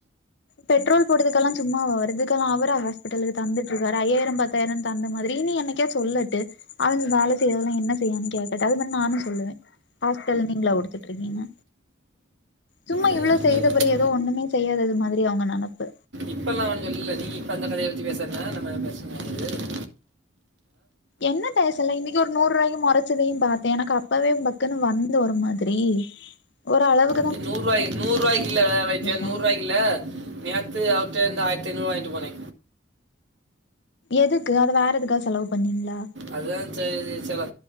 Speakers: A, on the left; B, on the right.
A: பெட்ரோல் போடதுக்கெல்லா சும்மா வருதுக்கெல்லா அவரா ஹாஸ்பிட்டலுக்கு தந்துட்டு இருக்காரு ஐயாயிரம் பத்தாயிரம் தந்த மாதிரி நீ எனைக்கே சொல்லட்டு அவன் வேல செய்யதெல்லா என்ன செய்வானு கேட்டுட்ட அது மாரி நானும் சொல்லுவே ஹாஸ்பிட்டல் நீங்களா குடுத்துட்டுருக்கீங்க சும்மா
B: அது
A: இவ்வளோ
B: அப்படி
A: செய்த பிற எதோ ஒண்ணுமே செய்யாதது மாதி ரி அவங்க நனப்பு
B: இப்பல்லா ஒன்னு சொல்லல நீ இப்ப அந்த கதைய பத்தி பேசறத நா நா பேசுனது
A: என்ன பேசல இன்னைக்கு ஒரு நூறுபாய்க்கு மொறச்சதையு பாத்தே எனக்கு அப் பவே பக்குன்னு வந்து ஒரு மாதிரி ஓரளவுக்
B: நீ நூறுவாய் நூறுவாய்க்குல்ல வைஜா
A: தா
B: நூறுவாய்குல நேத்து அவர்ட்ட இருந்து ஆயிரத்தைநூருவா வா ங்கி போனே
A: எதுக்கு அது வேற எதுக்கா செலவு பண்ணீங்களா
B: அதான் சேரி செல